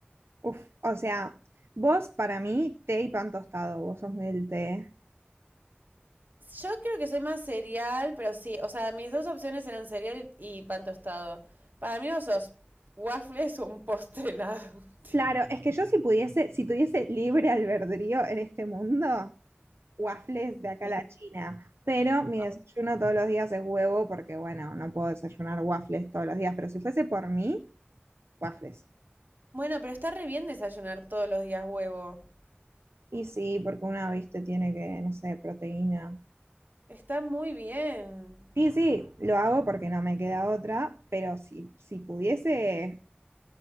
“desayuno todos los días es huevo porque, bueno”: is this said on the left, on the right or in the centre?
Right